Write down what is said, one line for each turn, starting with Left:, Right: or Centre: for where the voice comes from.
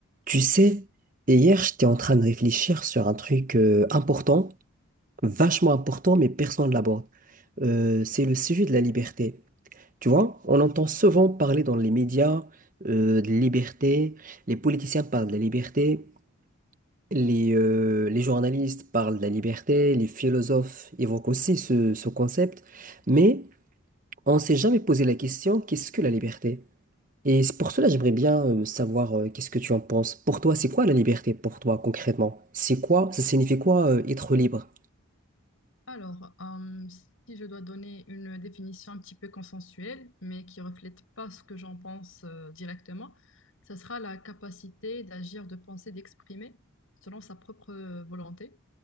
Right: Tu sais, hier, j'étais en train de réfléchir sur un truc euh, important, vachement important, mais personne ne l'aborde. Euh, c'est le sujet de la liberté. Tu vois, on entend souvent parler dans les médias euh, de liberté, les politiciens parlent de la liberté, les, euh, les journalistes parlent de la liberté, les philosophes évoquent aussi ce, ce concept, mais on ne s'est jamais posé la question, qu'est-ce que la liberté? Et c'est pour cela, j'aimerais bien euh, savoir euh, qu'est-ce que tu en penses. Pour toi, c'est quoi la liberté pour toi concrètement? C'est quoi, ça signifie quoi euh, être libre?
Left: Alors, euh, si je dois donner une définition un petit peu consensuelle, mais qui reflète pas ce que j'en pense euh, directement, ça sera la capacité d'agir, de penser, d'exprimer selon sa propre euh, volonté,